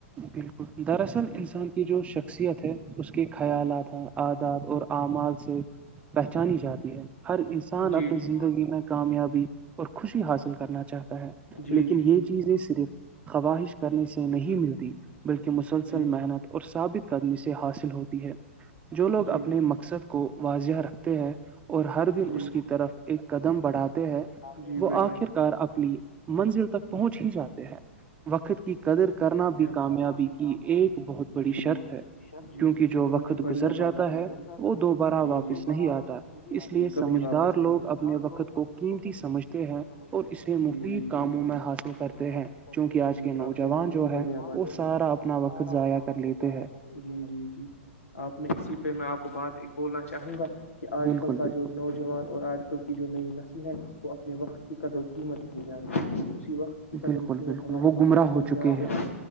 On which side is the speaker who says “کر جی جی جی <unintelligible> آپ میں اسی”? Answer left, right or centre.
Left